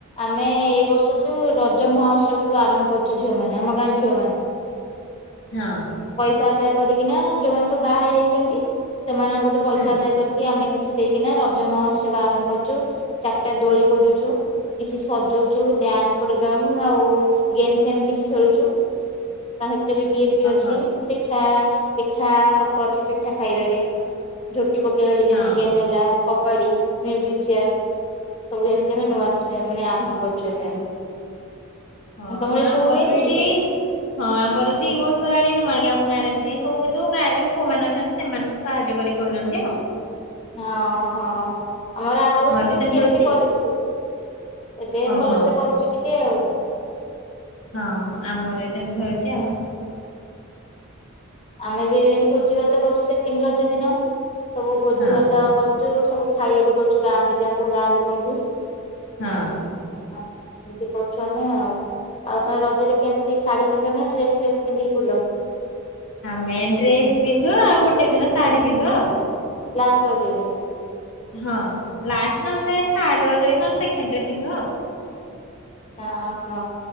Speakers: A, on the left; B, on the left.
A: ଆମେ ଏଇ ବର୍ଷ ଠୁ ରଜ ମହୋତ୍ସବ ସବୁ ଆରମ୍ଭ କରୁଚୁ ଝିଅ ମାନେ ଆମ ଗାଁ ଝିଅ ମାନେ।
B: ହଁ।
A: ପଇସା ଆଦାୟ କରିକିନା ଯୋଉମାନେ ସବୁ ବାହା ହେଇ ଯାଇଚନ୍ତି ସେମାନଙ୍କଠୁ ପଇସା
B: ହୁଁ
A: ଆଦାୟ କରି କି ଆମେ କିଛି ଦେଇକିନା ରଜ ମହୋତ୍ସବ ଆରମ୍ଭ କରୁଚୁ ଚାରିଟା ଦୋଳି କରୁଚୁ। କିଛି ସଜଉଚୁ ଡ୍ୟାନ୍ସ ପ୍ରୋଗ୍ରାମ ଆଉ ଗେମ ଫେମ୍ କିଛି ଖେଳୁଚୁ। ଆ ହେଥିରେ ବି ଗିଫ୍ଟ
B: ଓହୋ
A: ଅଛି ପିଠା ପିଠା ସବୁ ଅଛି ପିଠା ଖାଇବାରେ। ଝୋଟି ପକେଇବାରେ ଯେମିତି
B: ହଁ।
A: ଗେମ୍ ହେଲା କବାଡି ହେମିଜି ଚେୟାର। ସବୁ ଏମିତିବି ନୂଆ ମାନେ ଆରମ୍ଭ କରିଚୁ ଏବେ ଆମେ।
B: ହ ହ
A: ତମର
B: ହଁ
A: ଏ
B: ଆମର
A: ସବୁ ହୁଏନି
B: ବି ଏଇଠି
A: କି?
B: ହଁ ଆମର ଦି ବର୍ଷ ଜାଣି ନୂଆଁ କି ଆମ ଗାଁରେ ଏମିତି ସବୁ କିନ୍ତୁ ଗାଁରେ ଯୋଉ ପୁଅ ମାନେ ଅଛନ୍ତି ସେମାନେ ସବୁ ସାହାଯ୍ୟ କରି କରୁଚନ୍ତି ଆଉ।
A: ହଁ ହଁ। ଆମର ଆର ବର୍ଷ
B: ବି
A: କିଛି
B: ସେମିତି
A: ଏମିତି
B: ହଉଛି
A: କରିଥିଲୁ ଏବେ
B: ଓହୋ
A: ଭଲ ସେ କରୁଚୁ ଟିକିଏ ଆଉ।
B: ହଁ ଆମର ବି ସେମିତି ହଉଛି ଆଉ।
A: ଆମେ ବି ଏ ଭୋଜି ଭାତ କରୁଛୁ ସେକେଣ୍ଡ ରଜ ଦିନ ସବୁ ଭୋଜି
B: ହଁ
A: ଭାତ କର ସବୁ ଖାଇବାକୁ ଦଉଛୁ ଗାଁ ପିଲାଙ୍କୁ ଗାଁ ଲୋକଙ୍କୁ।
B: ହଁ।
A: ହଁ। ଏମିତି କରଛୁ ନା ଆଉ ଆଉ ତମ ରଜରେ କେମତି ଶାଢୀ ପିନ୍ଧ ନା ଡ୍ରେସ୍ ଫ୍ରେସ୍ ପିନ୍ଧିକି ବୁଲ।
B: ଆମେ ଡ୍ରେସ ପିନ୍ଧୁ ଆଉ ଗୋଟେ ଦିନ ଶାଢୀ ପିନ୍ଧୁ ଆଉ।
A: ଲଷ୍ଟ ରଜ ଦିନ।
B: ହଁ ଲାଷ୍ଟ ନହେଲେ ଥାର୍ଡ ରଜ ନହଲେ ସେକେଣ୍ଡରେ ପିନ୍ଧୁ ଆଉ।
A: ଓହୋ।